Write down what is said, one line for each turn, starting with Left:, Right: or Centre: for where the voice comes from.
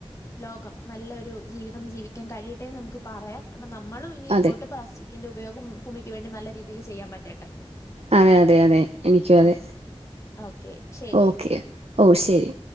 Left: ലോകം നല്ലൊരു ജീവിതം ജീവിക്കാൻ കഴിയട്ടെ നമുക്ക് പറയാം അപ്പൊ നമ്മളും ഇനി അങ്ങോട്ട്
Right: അതെ
Left: പ്ലാസ്റ്റിക്കിന്റെ ഉപോഗം ഭൂമിക്ക് വെണ്ടി നല്ല രീതിയിൽ ചെയ്യാൻ പറ്റട്ടെ
Right: അതെ അതെ അതെ എനിക്കും അതെ
Left: ആ ഓക്കെ ശരി
Right: ഓക്കെ
Left: എങ്കിൽ
Right: ഓ ശരി